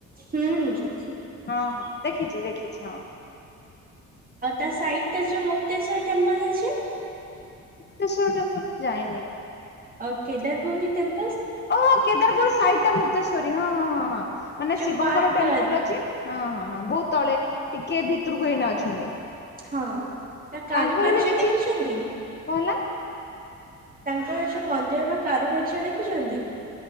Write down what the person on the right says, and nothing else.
ହୁଁ। ହୁଁ।
ଆଉ ତା ସାଇଟ ଟା ଯୋଉ ମୁକ୍ତେଶ୍ଵର ଟେମ୍ପଲ ଅଛି।
ଆଉ କେଦାର ଗୌରି ଟେମ୍ପ
ଯୋଉ
ପାର୍କ
ଟା
ହଁ ତା କାରୁ
କାର୍ଯ୍ୟ
ଦେଖିଛନ୍ତି।
ତାଙ୍କର ଏ ଯୋଉ ମନ୍ଦିର ର କାରୁକାର୍ଯ୍ୟ ଦେଖିଛନ୍ତି।